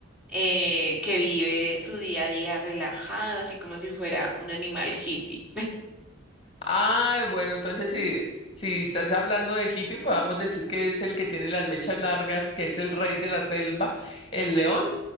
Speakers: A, in the centre; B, on the left (about 25°).
A: eh, que vive su día a día relajado, así como si fuera un animal hippie.
B: Ah, bueno, entonces si, si estás hablando de hippie, podemos decir que es el que tiene las mechas largas, que es el rey de la selva, el león.